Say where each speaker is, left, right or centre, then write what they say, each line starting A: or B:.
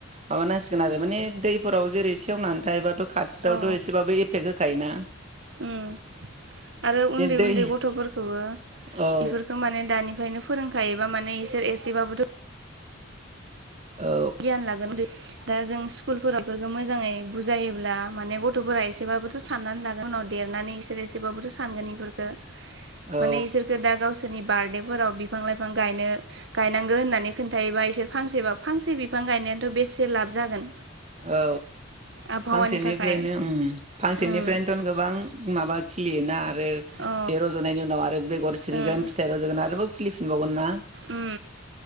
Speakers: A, on the right (about 35°); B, on the right (about 60°).
A: माबानांसिगोन आरो माने दैफोराव जेरै सेवनानै थायोबाथ खाथियावथ
B: औ
A: एसेबाबो एफेक्ट हो खायो ना
B: उम आरो उन्दै
A: दै
B: उन्दै गथफोरखौबो
A: औ
B: इफोरखौ माने दानि निफ्रायनो फोरोंखायोबा माने इसोर एसेबाबोथ
A: औ
B: गियान लागोन दा जों स्कुलफोराव मोजाङै बुजायोब्ला माने गथ थफोरा एसेबाबोथ साननानै ला उनाव देरनानै इसोर एसेबाबोथ सानगोन इफोरफोरखो
A: औ
B: माने इसोरखौ दा गावसोरनि बार्डेफोराव बिफां लाइफां गायनो गायनांगो होननानै खोन्थायायोबा इसोर फांसेबा फांसे बि बिफां गायनायानथ बेसे लाब जागोन
A: औ
B: आबहावानि
A: फांसेनिफ्रायनो
B: थाखाय
A: उम फांसेनिफ्रायनोथ
B: उम
A: गोबां माबा खिलियोना आरो
B: अ
A: बे रजनायनि उनाव आरो बेगर सिरिगोन
B: उम
A: फिथाइ रजगोन आरोबाव खिलिफिनबावगोन ना
B: उम